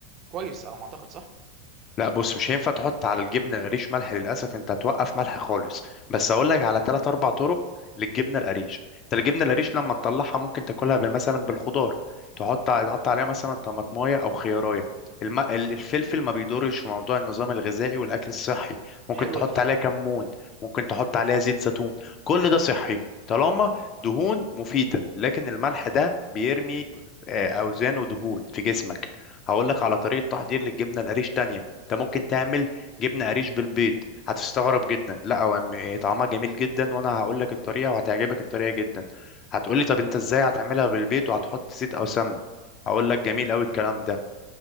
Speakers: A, on the right; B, on the left.
A: كويس على ما اعتقد صح
B: لا بص مش هينفع تحط على الجبنه القريش ملح للاسف انت هتوقف ملح خالص بس اقول لك على ثلاث اربع طرق للجبنه القريش انت الجبنه القريش لما تطلعها ممكن تاكلها بال- مثلا بالخضار تحط ع- تحط عليها مثلا طماطمايه او خيارايه الم... ال- الفلفل ما بيضرش في موضوع النظام الغذائي والاكل الصحي ممكن
A: حلوه
B: تحط
A: دي
B: عليها كمون ممكن تحط عليها زيت زيتون كل ده صحي طالما دهون مفيده لكن الملح ده بيرمي آه، اوزان ودهون في جسمك هقول لك على طريقه تحضير للجبنه القريش تانية انت ممكن تعمل جبنه قريش بالبيض هتستغرب جدا لا هو م- طعمها جميل جدا وانا هقول لك الطريقه وهتعجبك الطريقه جدا هتقولي طب انت ازاي هتعملها بالبيض وهتحط زيت او سمنه هقول لك جميل قوي الكلام ده